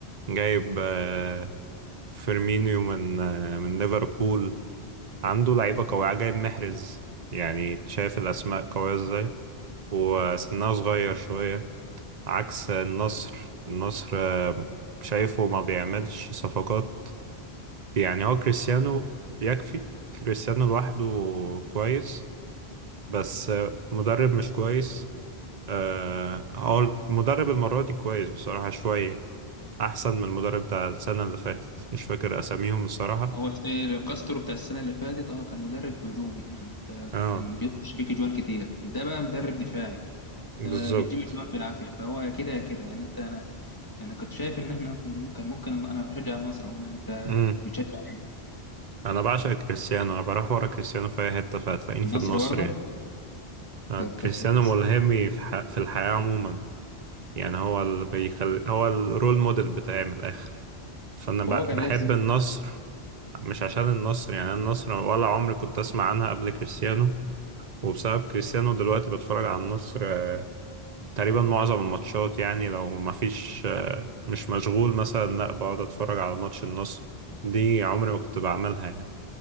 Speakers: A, on the right (about 45°); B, on the left (about 20°).
A: جايب آه، فيرمينيو من آه، من ليفربول عنده لعيبة قوية جايب محرز يعني شايف الأسماء قوية ازاي وسنها صغير شوية عكس النصر النصر آه، شايفه ما بيعملش صفقات يعني هو كريستيانو يكفي كريستيانو لوحده كويس بس مدرب مش كويس آه، هو المدرب المرة دي كويس بصراحة شوية أحسن من المدرب بتاع السنة اللي فاتت مش فاكر أساميهم الصراحة
B: هو ست- كاسترو بتاع السنه اللي فاتت اه كان مدرب هجومي يعني انت
A: اه
B: كان بيخش فيك جوان كتير ده بقى مدرب دفاعي
A: بالظبط
B: ده بيجيب جوان بالعافيه فهو يا كده يا كده يعني انت انا يعني كنت شايف ان احنا كنا ممكن ممكن انا بشجع النصر عموما انت
A: امم
B: بتشجع ايه
A: أنا بعشق كريستيانو أنا بروح ورا كريستيانو في أي حتة فهتلاقيني
B: النصر
A: في النصر
B: برضه
A: يعني آه،
B: انت أنت
A: كريستيانو
B: كويس
A: ملهمي في ح- في الحياة عموما يعني هو اللي بيخلي هو الرول موديل بتاعي من الآخر فأنا ب-
B: فهو كان
A: بحب
B: لازم
A: النصر مش عشان النصر يعني أنا النصر ولا عمري كنت أسمع عنها قبل كريستيانو وبسبب كريستيانو دلوقتي بتفرج على النصر آه، تقريبا معظم الماتشات يعني لو ما فيش آه، مش مشغول مثلا لا بقعد أتفرج على ماتش النصر دي عمري ما كنت بعملها يعني